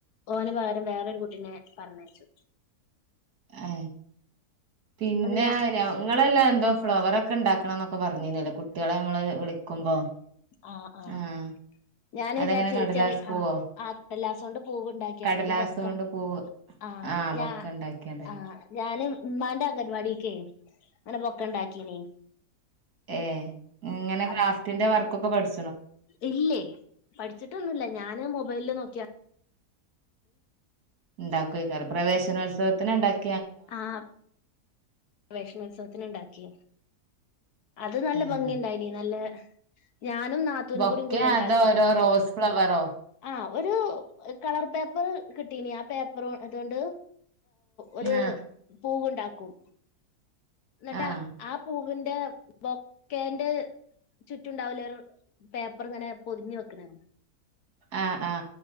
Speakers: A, on the left; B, on the right.
A: ഓന പകരം വേറരു കുട്ടീനെ പറഞ്ഞച്ചു
B: ആ പിന്നെ
A: ഞാ
B: ഞങ്ങളല്ല എന്തോ ഫ്ലവർൊക്കെ ഒക്കണ്ടണണംൊക്ക പറഞ്ഞു പറഞ്ഞിരുന്നല്ലേ കുട്ടികളെ നമ്മള് വിളിക്കുമ്പോ
A: ആ് ആഹ
B: ആഹ്
A: ഞൻ
B: അതെങ്ങനെ
A: വിചാരിച്ച
B: കടലാസ്
A: ഏച്ചെറി
B: പൂവോ
A: ആ ആല്ലാസം കൊണ്ട് പൂവ് ഉണ്ടാക്കിയണ്ട
B: കടലാസ്
A: ഒരു ബൊക്ക
B: കൊണ്ട് പൂവ്
A: ആഹ
B: ആഹ്
A: ഞാ
B: ബൊക്കെ ഉണ്ടാക്കിയാണ്ട്
A: ആ ഞാന് ഉ്മാന്റെ അംഗൻവാടിക്കെ അങ്ങനെ പൊക്ക ഉണ്ടാക്കീിന
B: ഏ ഇങ്ങനെ
A: അപ്പൊ
B: ക്ലാഫറ്റിന്റെ വർക്ക് പക്ക പഠു
A: ഇല്ലേ പഠിച്ചിട്ടൊന്നുമില്ല ഞാന് മൊബൈല നോക്ക
B: ഉണ്ടാക്കക്ക പ്രവേശനോത്സവത്തിന് ഉണ്ടാക്കി
A: ആഹ ഗവേഷണോത്സവത്തിന് ഉണ്ടാക്കി അത് നല്ല
B: ഏഹ്
A: ഭംഗി ഉണ്ടായിന് നല്ല ഞാനും നാത്തൂനും
B: ബൊക്കെ
A: കൂട കൂടണ്ടാക്കിന
B: അതോ ഓരോ റോസ് ഫ്ലവറോ
A: ആ ഒരു കളർ പേപ്പർ കിട്ടീന ആ പേപ്പർ അതുകൊണ്ട് ഒരു
B: ആഹ്
A: പൂവുണ്ടാക്കും നട്ടാ
B: ആഹ്
A: ആ പോ ന്റെ ബൊക്കേന്റെ ചുറ്റണ്ടാവൂല പേപ്പർ ഇങ്ങനെ പൊതിഞ്ഞു വെക്കണ
B: ആഹ് ആഹ